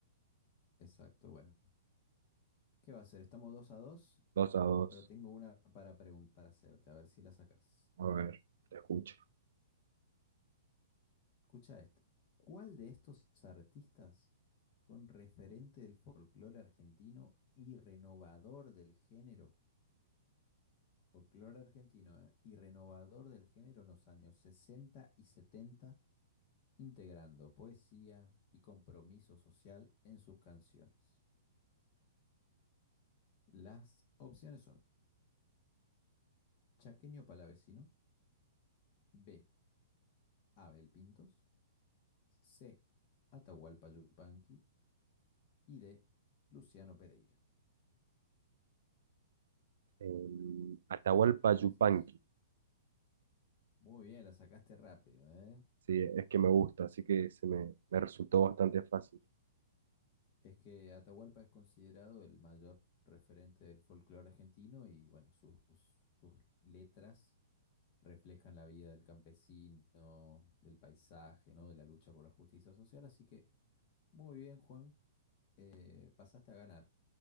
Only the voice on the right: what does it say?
dos a dos,
a ver, te escucho.
En Atahualpa
Yupanqui,
sí, es que me gusta, así que se me, me resultó bastante fácil.